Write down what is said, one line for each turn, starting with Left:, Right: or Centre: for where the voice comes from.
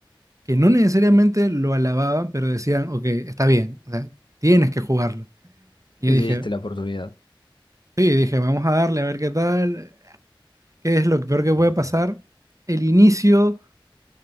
Right: que no necesariamente lo alababan, pero decían, ok, está bien, o sea, tienes que jugarlo. Y
Left: Y
Right: yo dije,
Left: le diste la oportunidad.
Right: sí, dije, vamos a darle a ver qué tal, qué es lo peor que puede pasar. El inicio